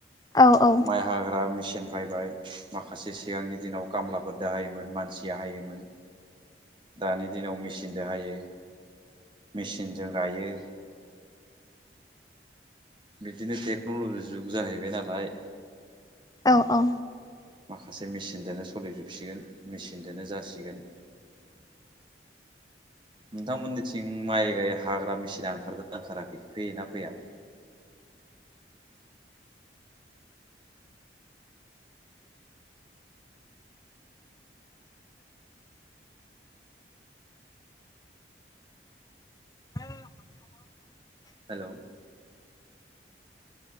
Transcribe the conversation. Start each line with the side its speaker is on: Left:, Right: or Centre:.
Left: औ औ
Right: माइ हाग्रा मिसिन। फायबाय माखासे सिगांनि दिनाव काम्लाफोरदो हायोमोन मानसिआ हायोमोन। दानि दिनाव मिचनदो हायो। मिसिनजो गायो। बिदिनो टेकन'लजि जुग जाहैबाय नालाय।
Left: अ अ।
Right: माखासे मेचिनदोनो सोलिजोबसिगोन मेचिनजों नों जासिगोन। <inaudible> नोंथांमोननिथिं माइ गाय हाग्रा मेसिना ओंखारदों ओंखाराखै फैयोना फैया? <inaudible>
Left: <unintelligible>
Right: हेल'।